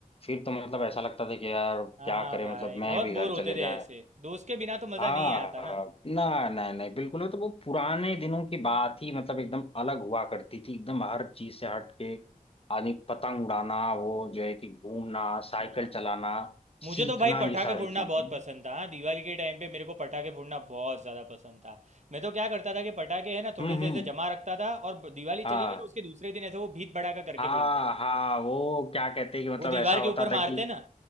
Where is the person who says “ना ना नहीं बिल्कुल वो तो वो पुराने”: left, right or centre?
Left